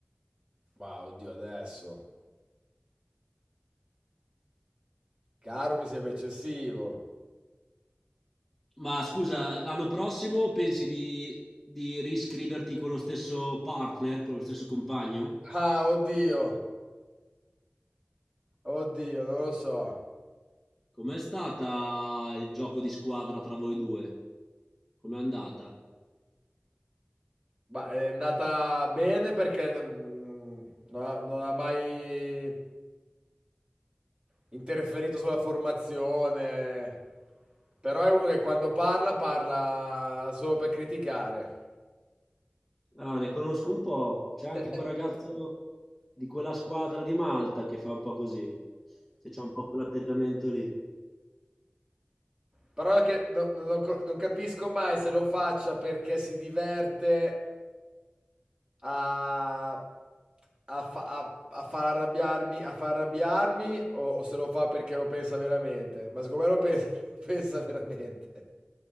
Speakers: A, on the right; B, in the centre.
A: Ma oddio, adesso. Caro, mi sembra eccessivo.
B: Ma scusa, l'anno prossimo pensi di, di riscriverti con lo stesso partner, con lo stesso compagno?
A: Ah, oddio. Oddio, non lo so.
B: Com'è stata il gioco di squadra tra voi due? Com'è andata?
A: Ma è andata bene perché mm, non ha, non ha mai interferito sulla formazione. Però è uno che quando parla, parla solo per criticare.
B: Ah, ne conosco un po'. C'è
A: <laughs>
B: anche quel ragazzo di quella squadra di Malta che fa un po' così, che c'ha un po' quell'atteggiamento lì.
A: Parola che no- no- non, co- non capisco mai se lo faccia perché si diverte a, a, fa- a- a far arrabbiarmi, a far arrabbiarmi o, o se lo fa perché lo pensa veramente. Ma secondo me lo pensa, <laughs> lo pensa veramente.